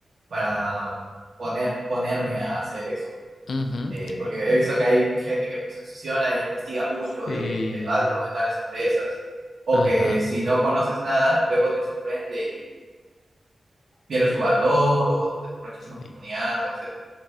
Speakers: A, on the right; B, on the left.
A: para poner, ponerme a hacer eso?
B: ujú,
A: Eh, porque he visto que hay gente que pues, se obsesiona e investiga mucho
B: sí,
A: de el background de tales empresas, o
B: ajá,
A: que si no conoces nada, luego te sorprende y pierde su valor, o te sorprendes una oportunidad,
B: sí.
A: etcétera